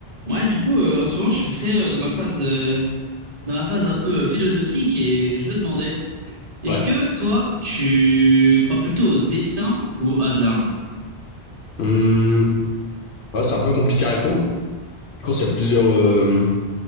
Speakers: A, on the right; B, on the left.
A: Ouais, du coup, euh, en ce moment, je suis très euh, dans ma phase, euh, dans ma phase un peu euh, philosophique et je me demandais, est-ce
B: Ouais.
A: que toi, tu crois plutôt au destin ou au hasard?
B: Hum, ouais, c'est un peu compliqué à répondre. Je pense qu'il y a plusieurs. Euh...